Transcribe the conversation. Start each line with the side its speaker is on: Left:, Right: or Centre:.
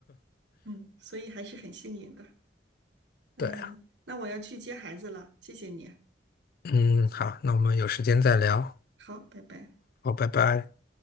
Right: 嗯，所以还是很幸运的。嗯，
Left: 对啊，
Right: 呃那我要去接孩子了，谢谢你。
Left: 嗯，好，那我们有时间再聊，
Right: 好，拜拜。
Left: 好，拜拜。